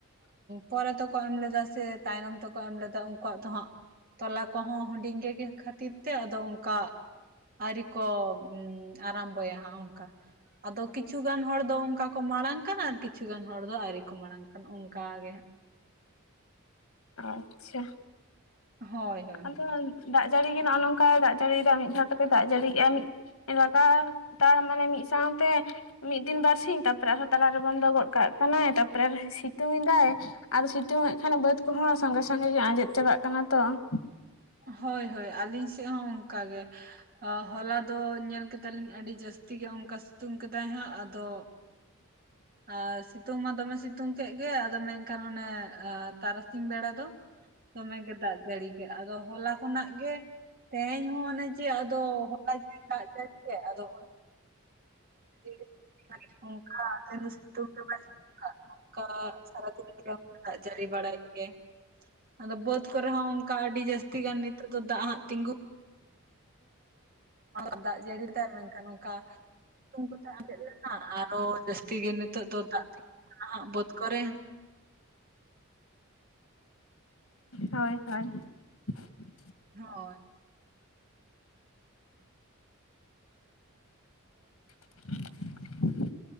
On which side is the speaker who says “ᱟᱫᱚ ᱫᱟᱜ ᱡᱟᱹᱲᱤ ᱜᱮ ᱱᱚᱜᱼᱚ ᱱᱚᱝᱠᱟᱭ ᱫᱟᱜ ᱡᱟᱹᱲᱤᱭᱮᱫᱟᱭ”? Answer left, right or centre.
Left